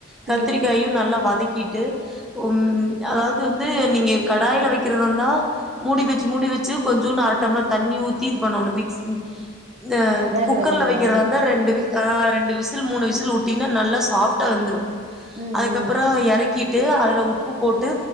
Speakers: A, in the centre; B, on the right.
A: கத்திரிக்காயு
B: ம்
A: நல்லா வதக் கீட்டு உம் அதாவ் து வந்து நீங்க கடாய்ல வெக்கிறதார்ந்தா மூடி வெச்சு மூடி வெச்சு கொஞ்சோனு அர டம்ளர் தண்ணி ஊத்தி இது பண்ணோனு மிக்ஸ் ம் அஹ்
B: வேக
A: குக்கர்ல
B: வைக்கணுமா
A: வெக்கிறதார்ந்தா ரெண்டு ஆஹ் ரெண்டு விசில் மூனு விசில் உட்டினா நல்லா சாஃப்ட்டா வெந்துரு
B: ம்
A: அதுக்கப்பறோ
B: ம்
A: எறக் கிட்டு அதுல உப்பு போட்டு